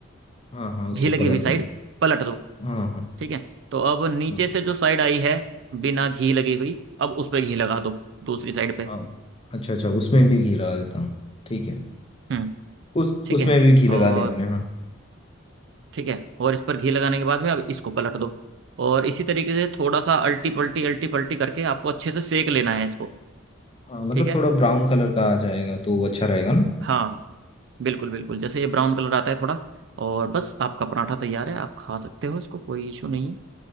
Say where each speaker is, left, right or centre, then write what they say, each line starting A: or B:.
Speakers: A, on the left (about 25°); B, on the right (about 55°).
A: हाँ हाँ उसको
B: घी लगी
A: पलट
B: हुई साइड
A: दूंगा
B: पलट दो
A: हाँ हाँ
B: ठीक है तो अब नीचे
A: हाँ
B: से जो साइड आई है बिना घी लगी हुई अब उस पर घी लगा दो दूसरी साइड पे
A: हाँ अच्छा अच्छा उसमें भी घी लगा देता हूँ ठीक है
B: हम्म
A: उस
B: ठीक
A: उसमें
B: है
A: भी घी लगा
B: और
A: दिया मैंने हाँ
B: ठीक है और इस पर घी लगाने के बाद में अब इसको पलट दो और इसी तरीके से थोड़ा सा अल्टी पल्टी अल्टी पल्टी करके आपको अच्छे से सेक लेना है इसको
A: हाँ मतलब
B: ठीक है
A: थोड़ा ब्राउन कलर का आ जाएगा तो अच्छा रहेगा ना
B: हाँ बिल्कुल बिल्कुल जैसे ये ब्राउन कलर आता है थोड़ा और बस आपका पराठा तैयार है आप खा सकते हो इसको कोई इशू नहीं है